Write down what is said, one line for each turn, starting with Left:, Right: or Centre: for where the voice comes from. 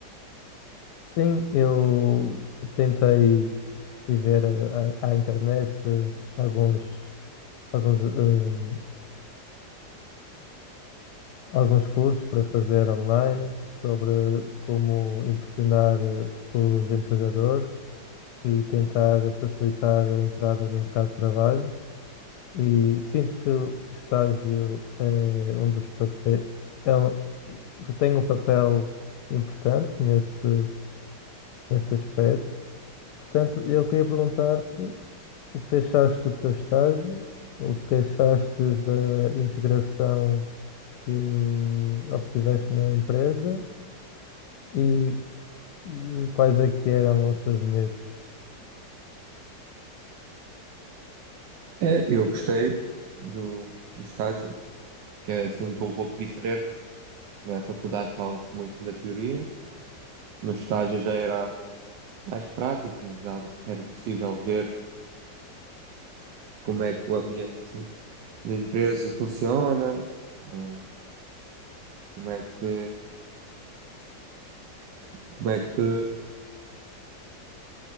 Left: Sim, eu tentei ir ver eh, à à internet eh, alguns, alguns, eh, alguns cursos para fazer online sobre como impressionar eh, os empregadores e tentar facilitar a entrada no mercado de trabalho. E sinto que o estágio é um dos papéis, é um, tem um papel importante nesse, nesse aspecto. Portanto, eu queria perguntar-te O que achaste do teu estágio? O que achaste da integração que obtiveste na empresa? E eh, quais é que eram os teus medos?
Right: É, eu gostei do, do estágio, que é assim um pouco, pouco diferente. Na faculdade fala-se muito da teoria, no estágio já era mais prática, já era possível ver como é que o ambiente da empresa funciona, eh, como é que, como é que,